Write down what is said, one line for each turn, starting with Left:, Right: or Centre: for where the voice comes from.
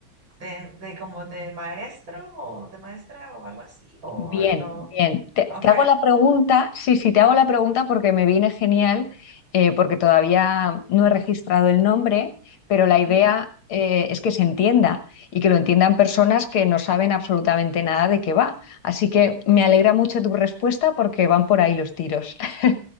Right: de, de como de maestro o de maestra o algo así? ¿O
Left: Bien,
Right: no?
Left: bien. Te,
Right: Ok.
Left: te hago la pregunta, sí, sí, te hago la pregunta porque me viene genial, eh, porque todavía no he registrado el nombre, pero la idea
Right: Ujú.
Left: eh, es que se entienda y que lo entiendan personas que no saben absolutamente nada de qué va. Así que me alegra mucho tu respuesta porque van por ahí los tiros. <laughs>